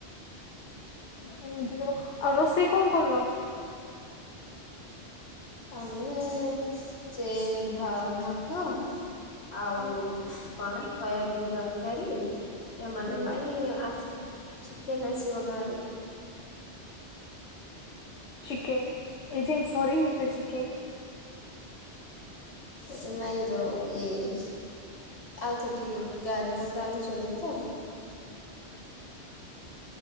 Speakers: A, on the left; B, on the left.
A: ଏମିତି ସବୁ ଆଉ ରୋଷେଇ କଣ କଲ?
B: ଆମେ ଚେ ଭା ଭା ତ ଆଉ
A: ହୁଁ
B: କଣ ସୋୟାବିିନ୍ ତରକାରୀ। ଏମାନ
A: ହୁଁ
B: ପାଇଁ ଆ ଚିକେନ୍ ଆସିବ ଗାଁରୁ।
A: <inaudible> ଚିକେନ୍ ଏଯାଏ ସରିନି ସେଚିକେନ୍।
B: ଆରେ ନାଇଁ ଯୋ ଇଏ ଆଉଥରେ ଟିକେ <unintelligible> ଟାନ୍ଧୁଛନ୍ତି ତ।
A: <inaudible>